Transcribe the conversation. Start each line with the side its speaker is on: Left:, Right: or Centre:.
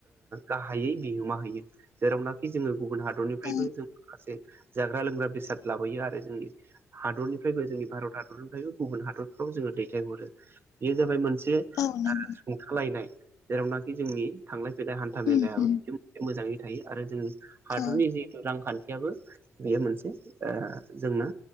Right: गाहायै बिहोमा होयो जेरावनाखि जोङो गुबुन हादरनिफ्रायबो
Left: औ
Right: जों माखासे जाग्रा लोंग्रा बेसाद लाबोयो आरो जोंनि हादरनिफ्रायबो जोंनि भारत हादरनिफ्रायबो गुबुन हादरफ्राव जोङो दैथायहरो बेयो जाबाय मोनसे मोनसे
Left: औ नंगौ
Right: सुंथालायनाय जेरावनाखि जोंनि थांलाय फैलाय हान्था मेलायाबो
Left: उम उम
Right: मोजाङै थायो आरो जों हादरनि
Left: औ
Right: जे रांखान्थियाबो बेयो मोनसे जोंनो